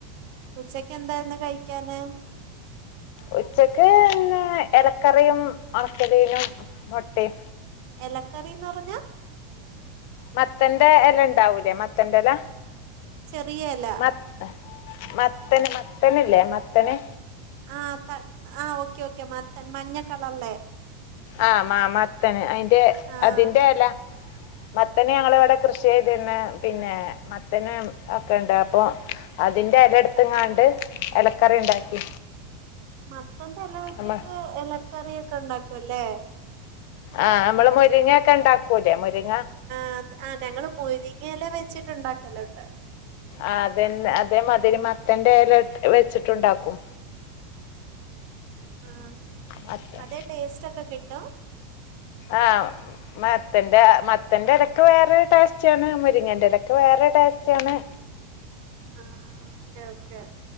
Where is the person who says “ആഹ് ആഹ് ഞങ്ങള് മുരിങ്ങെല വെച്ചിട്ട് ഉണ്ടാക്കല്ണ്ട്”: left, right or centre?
Right